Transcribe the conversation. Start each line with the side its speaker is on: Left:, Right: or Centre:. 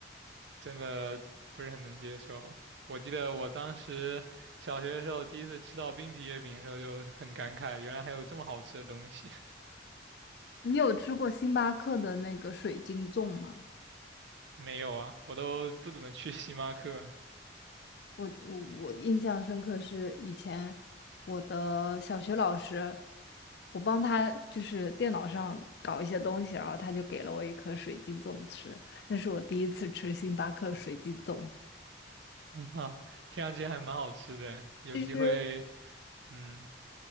Right: 真的不是很能接受。我记得我当时小学的时候第一次吃到冰皮月饼的时候就很感慨，原来还有这么好吃的东西。
Left: 你有吃过星巴克的那个水晶粽吗？
Right: <laughs> 没有啊，我都不怎么去 <laughs> 星巴克，
Left: 我我我印象深刻是以前我的小学老师，我帮他就是电脑上搞一些东西，然后他就给了我一颗水晶粽吃，那是我第一次吃星巴克水晶粽。
Right: <laughs> 嗯啊，听上去还蛮好吃的，有机会，
Left: 其实，
Right: 嗯。